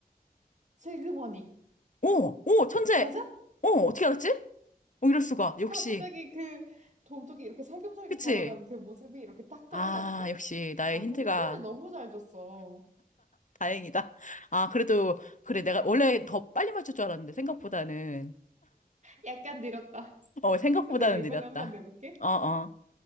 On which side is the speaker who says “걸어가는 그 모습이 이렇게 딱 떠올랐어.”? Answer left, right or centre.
Right